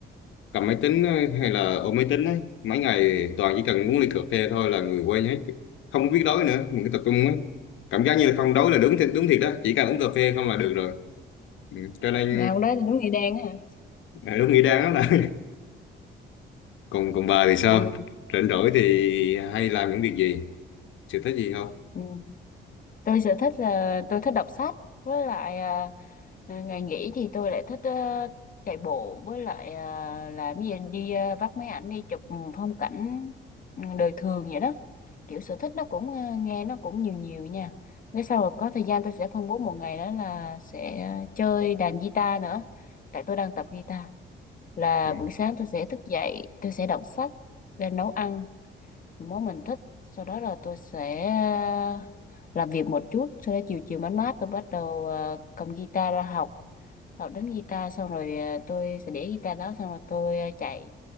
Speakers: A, on the left; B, on the left.
A: cầm máy tính ấy, hay là ôm máy tính ấy mấy ngày toàn chỉ cần uống ly cà phê thôi là người quên hết không có biết đói nữa mình cứ tập trung ấy. cảm giác như là không đói là đúng thiệt đúng thiệt đó chỉ cần uống cà phê không là được rồi ừ. cho nên
B: nào đó thì đúng nghĩa đen á hả
A: <laughs> ờ, đúng nghĩa đáng lắm là <laughs> còn còn bà thì sao
B: ừ.
A: rảnh rỗi thì hay làm những việc gì sở thích gì không
B: Ừ. Tôi sở thích là tôi thích đọc sách với lại à, à, ngày nghỉ thì tôi lại thích à, chạy bộ với lại à, làm cái gì đi à, vắt máy ảnh đi chụp ừ, phong cảnh ừ, đời thường vậy đó kiểu sở thích nó cũng à, nghe nó cũng nhiều nhiều nha cái sau rồi có thời gian tôi sẽ phân bố một ngày đó là sẽ chơi đàn guitar nữa tại tôi đang tập guitar là
A: ừ.
B: buổi sáng tôi sẽ thức dậy tôi sẽ đọc sách và nấu ăn những món mình thích sau đó là tôi sẽ ờ, làm việc một chút sau đó chiều chiều mát mát tôi bắt đầu ờ, cầm guitar ra học học đến guitar xong rồi ờ, tôi sẽ để guitar đó xong rồi tôi ờ, chạy